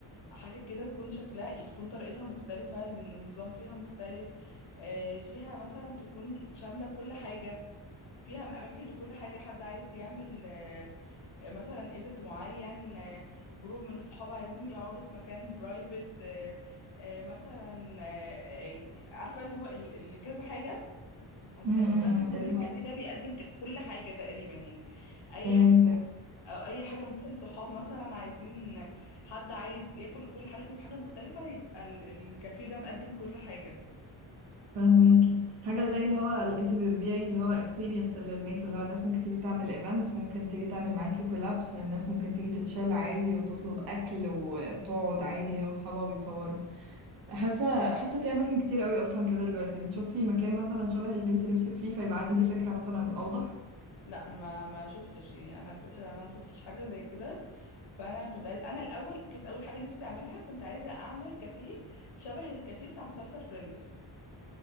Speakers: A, on the left; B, on the right.
A: حاجة كده تكون شكلها إيه، تكون طريقتها مختلفة النظام فيها مختلف آه، فيها مثلا تكون شاملة كل حاجة فيها اماكن لكل حاجة حد عايز يعمل آه، مثلا ايفنت معين آه، جروب من الصحاب عايزين يقعدوا في مكان برايفت مثلا آه، آه، عارفة اللي هو اللي كذا حاجة وفي
B: امم
A: نفس الوقت يكون
B: اللي
A: الكافيه
B: هو
A: ده بيقدم ك- كل حاجة تقريبا يعني أي
B: فهمتك
A: حاجة أو أي حاجة ممكن صحاب مثلا عايزين حد عايز ياكل كل حاجة فيهم حاجة مختلفة يبقى ال- الكافيه ده مقدم كل حاجة
B: فهماكي حاجة زي اللي هو لقيتي بتبيعي اللي هو experience للناس اللي هو الناس ممكن تيجي تعمل events ممكن تيجي تعمل معاكي collabs الناس ممكن تيجي تتشال عادي وتطلب أكل و- وتقعد عادي هي وأصحابها ويتصوروا حاسة حاسة في أماكن كتير قوي أصلا كده دلوقتي انت شفتي مكان مثلا شبه اللي انت نفسك فيه فيبقى عندي فكرة مثلا أوضح
A: لا ما ما شفتش يعني أنا الفكرة أنا ما شفتش حاجة زي كده فأنا كنت عايز أنا الأول كانت أول حاجة نفسي أعملها كنت عايزة أعمل كافيه شبه الكافيه بتاع مسلسل فريندز